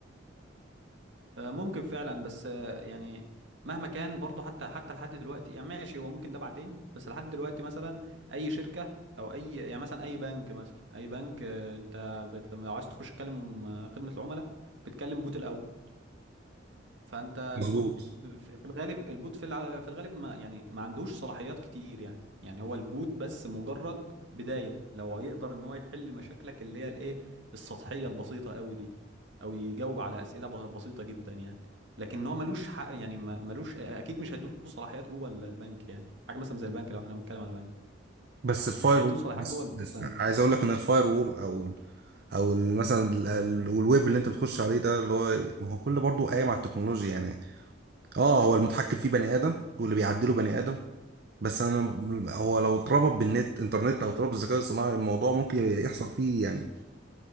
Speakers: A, on the right; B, on the right.
A: آه، ممكن فعلا بس آه، يعني مهما كان برضه حتى حتى لحد دلوقتي يعني ماشي هو ممكن ده بعدين بس لحد دلوقتي مثلا اي شركه او اي يعني مثلا اي بنك مثلا اي بنك آه، انت بت... لما لو عايز تخش تكلم آه، خدمه العملاء بتكلم بوت الاول فانت البوت
B: مظبوط
A: ب- في في الغالب البوت في الع- في الغالب ما يعني ما عندوش صلاحيات كتير يعني يعني هو البوت بس مجرد بداية لو يقدر ان هو يحل مشاكلك اللي هي الايه السطحية البسيطة قوي دي او يجاوب على اسئلة ب- بسيطة جدا يعني لكن هو ملوش حق يعني ما- ملوش اكيد مش هيدوله صلاحيات جوه ال- البنك يعني حاجة مثلا زي البنك لو احنا بنتكلم على بنك
B: بس الفاير
A: مش هيدوله
B: وول
A: صلاحيات
B: بس,
A: جوه
B: بس
A: البنك
B: عايز اقول لك ان الفاير وول او ال- او ال- مثلا ال- ال- الويب اللي انت بتخش عليه ده اللي هو ما هو كله برضه قايم على التكنولوجيا يعني اه هو المتحكم فيه بني ادم واللي بيعدله بني ادم بس انا هو لو اتربط بالنت انترنت او اتربط بالذكاء الصناعي الموضوع ممكن يحصل فيه يعني